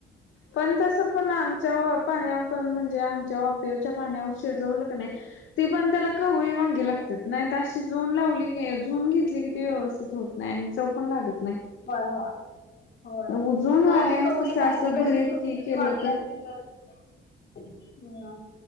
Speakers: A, on the left; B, on the left.
A: पण तसं पण आंगच्या पाण्यावर पण म्हणजे आंगच्या बापेच्या पाण्यावर शिजवल की नाही. ती पण त्याला कवळी वांगे लागते नाहीत. अशी शिजवून लावली की शिजवून घेतली किती व्यवस्थित होत नाही आणि चव पण लागत नाही.
B: होय हो होय
A: उजून
B: जराशी
A: वांग्यांच
B: कवळी
A: कसं
B: बारकी
A: असं भरीत
B: बारकी छोटी
A: हे
B: छोटी
A: केलं
B: वांगी असली तर हम